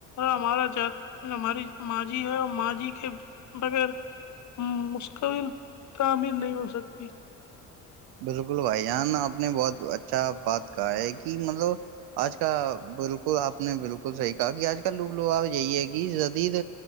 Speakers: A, on the left (about 45°); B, on the right (about 65°).
A: ہمارا ج ہماری ماںضی ہے اور ماںضی کے بغیر مستقبل تعمیر نہیں ہو سکتی
B: بالکل بھائی جان آپ نے بہت اچھا بات کہا ہے کہ مطلب آج کا بالکل آپ نے بالکل صحیح کہا کہ آج کال لوگ لو آپ یہی ہے کہ جدید